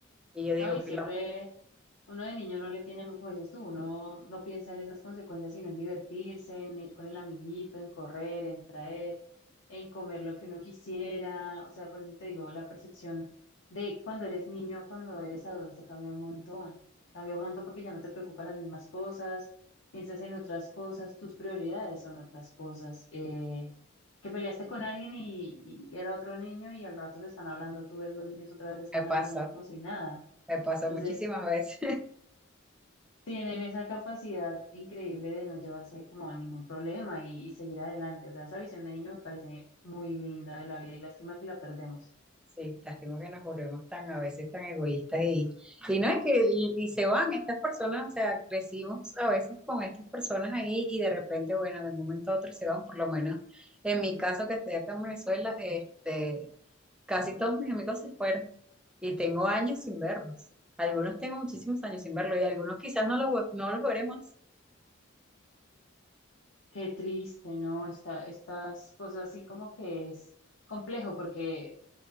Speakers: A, in the centre; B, on the left.
A: Y yo digo,
B: No, y
A: que
B: siempre
A: lo
B: uno de niño no le tiene, como dices tú, uno no piensa en esas consecuencias, sino en divertirse, en ir con el amiguito, en correr, en traer, en comer lo que uno quisiera. O sea, por eso te digo, la percepción de cuando eres niño, cuando eres adulto, cambia un montón. Cambia un montón porque ya no te preocupan las mismas cosas, piensas en otras cosas, tus prioridades son otras cosas. Eh, que peleaste con alguien y, y era otro niño y al rato se están hablando, tú ves los niños otra vez están
A: me pasó,
B: hablando como si nada.
A: me pasó
B: Entonces,
A: muchísimas veces.
B: tienen esa capacidad increíble de no llevarse como ningún problema y, y seguir adelante. O sea, esa visión de niño me parece muy linda de la vida y lástima que la perdemos.
A: Sí, lástima que nos volvemos tan a veces tan egoístas y, y no es que y, y se van estas personas, o sea, crecimos a veces con estas personas ahí y de repente, bueno, de un momento a otro se van, por lo menos en mi caso que estoy acá en Venezuela, este, casi todos mis amigos se fueron y tengo años sin verlos. Algunos tengo muchísimos años sin verlos y algunos quizás no los, vo- no los veremos.
B: Qué triste, ¿no? Esta, estas cosas así como que es complejo porque